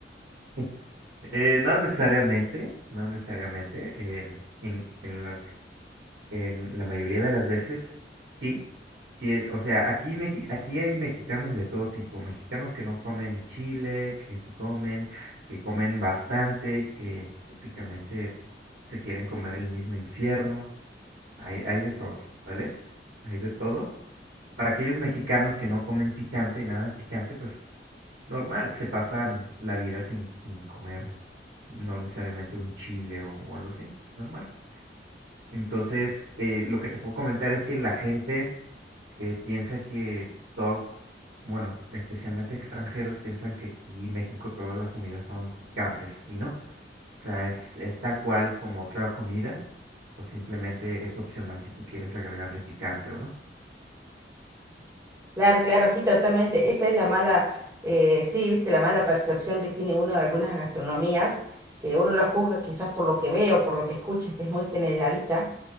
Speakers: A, on the right (about 75°); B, on the right (about 15°).
A: <laughs> Eh, no necesariamente, no necesariamente. em, en, en la, en la mayoría de las veces, sí. Sí, eh, o sea, aquí, mexi- aquí hay mexicanos de todo tipo, mexicanos que no comen chile, que sí comen, que comen bastante y que prácticamente se quieren comer el mismo infierno. Hay, hay de todo, ¿vale? Hay de todo. Para aquellos mexicanos que no comen picante, nada de picante, pues es normal, se pasan la vida sin, sin comer, no necesariamente un chile o, o algo así, normal. Entonces, eh, lo que te puedo comentar es que la gente eh, piensa que todo, bueno, especialmente extranjeros piensan que aquí en México todas las comidas son picantes y no. O sea, es, es tal cual como otra comida, o simplemente es opcional si tú quieres agregarle picante o no.
B: Claro, claro, sí, totalmente. Esa es la mala, eh, sí, viste, la mala percepción que tiene uno de algunas gastronomías, que uno lo juzga quizás por lo que ve o por lo que escucha, que es muy generalista,